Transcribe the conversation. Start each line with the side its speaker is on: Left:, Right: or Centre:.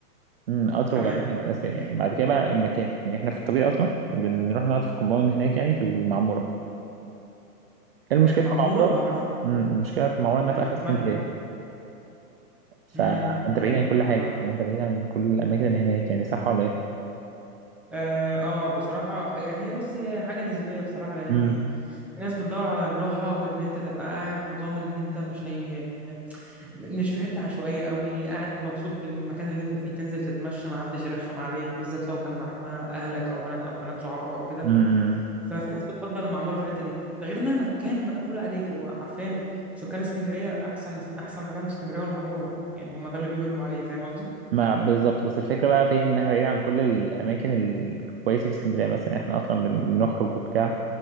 Right: امم اطرو
Centre: تمام
Right: غالبا هيبقى الاسباني
Centre: ماشي
Right: يعني بعد كده بقى المكان يعني احنا في الطبيعي اصلا بنروح نقعد في الكومباوند هناك يعني في المعمورة إيه المشكلة
Centre: المعمورة
Right: في المعمورة
Centre: اه عارف المعمورة
Right: امم المشكلة في المعمورة انها
Centre: قول
Right: في
Centre: لي
Right: اخر اسكندرية
Centre: مالها
Right: فانت
Centre: امم امم
Right: بعيد عن كل حاجه
Centre: صح
Right: يعني انت بعيد عن كل الاماكن اللي هناك يعني صح ولا ايه
Centre: اه آه، بصراحة يعني هي بص هي حاجة نسبية بصراحة لأن
Right: امم
Centre: الناس بتدور على الراحة وإن أنت تبقى قاعد وضامن إن أنت مش هي مش في حتة عشوائية قوي قاعد مبسوط بالمكان اللي انت فيه تنزل تتمشى ما حدش يرخم عليك بالذات لو كان معاك مع اهلك او بنات او بنات صحابك او كده
Right: امم
Centre: ففي ناس بتفضل المعمورة في الحتة دي ده غير انها مكان مقفول عليك هو حرفيا سكان اسكندرية احسن احسن مكان في اسكندرية والمعمورة يعني هم ده اللي بيقولوا عليه فاهم قصدي
Right: ما بالظبط بس الفكره بقى في انها بعيده عن كل الاماكن الكويسه في اسكندريه مثلا احنا اصلا بن- بنخرج وبتاع